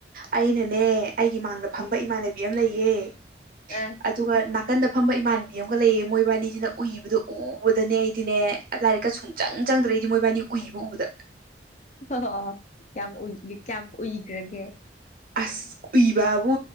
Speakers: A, on the right; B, on the left.
A: ꯑꯩꯅꯅꯦ ꯑꯩꯒꯤ ꯃꯥꯡꯗ
B: ꯎꯝ
A: ꯐꯝꯕ ꯏꯃꯥꯟꯅꯕꯤ ꯑꯃ ꯂꯩꯌꯦ ꯑ
B: ꯑ
A: ꯑꯗꯨꯒ ꯅꯥꯀꯟꯗ ꯐꯝꯕ ꯏꯃꯥꯟꯅꯕꯤ ꯑꯃꯒ ꯂꯩꯌꯦ ꯃꯣꯏꯕꯥꯅꯤꯁꯤꯅ ꯎꯏꯕꯗꯨꯣ ꯎꯕꯗꯅꯦ ꯑꯩꯗꯤꯅꯦ ꯂꯥꯏꯔꯤꯛꯀ ꯁꯨꯡꯆꯪ ꯆꯪꯗ꯭ꯔꯏꯗꯤ ꯃꯣꯏꯕꯥꯏꯅꯤ ꯎꯏꯕ ꯎꯕꯗ
B: ꯑꯣ ꯀꯌꯥꯝꯏ ꯀꯌꯥꯝ ꯎꯏꯈ꯭ꯔꯒꯦ
A: ꯑꯁ ꯎꯏꯕꯕꯨ